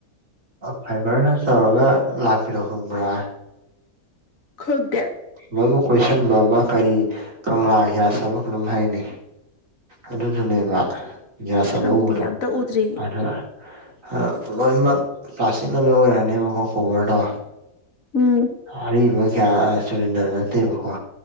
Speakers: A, on the right; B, on the left.
A: ꯐꯥꯏꯕꯔꯅ ꯇꯧꯔꯒ ꯂꯥꯛꯄꯤꯗꯣ ꯈꯪꯕ꯭ꯔꯥ꯫
B: ꯈꯡ
A: ꯂꯣꯏꯃꯛ ꯀꯣꯏꯁꯟꯕ ꯑꯃ ꯀꯔꯤ ꯀꯪꯂꯥ ꯒ꯭ꯌꯥꯁ ꯑꯃ ꯀꯩꯅꯣꯝ ꯍꯥꯏꯅꯦ꯫ ꯑꯗꯨꯗꯨꯅꯦꯕ ꯒ꯭ꯌꯥꯁ ꯑꯅꯧꯕꯗꯣ
B: ꯈꯪꯗꯤꯌꯦ ꯑꯝꯇ ꯎꯗ꯭ꯔꯤꯌꯦ
A: ꯑꯗꯨ ꯑ ꯂꯣꯏꯃꯛ ꯄ꯭ꯂꯥꯥꯁꯇꯤꯛꯅ ꯂꯣꯏ ꯑꯣꯏꯔꯛꯑꯅꯦꯕꯀꯣ ꯀꯣꯕꯔꯗꯣ꯫
B: ꯎꯝ꯫
A: ꯑꯔꯤꯕ ꯒ꯭ꯌꯥꯁ ꯁꯤꯂꯤꯟꯗꯔ ꯅꯠꯇꯦꯕꯀꯣ